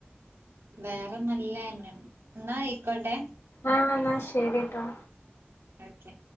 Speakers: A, on the right (about 75°); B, on the left (about 85°).
A: വേറെ നല്ലെന്നെ ന്നാ അയിക്കോട്ടെ
B: ആ ന്നാ ശരിട്ടോ
A: ഓക്കെ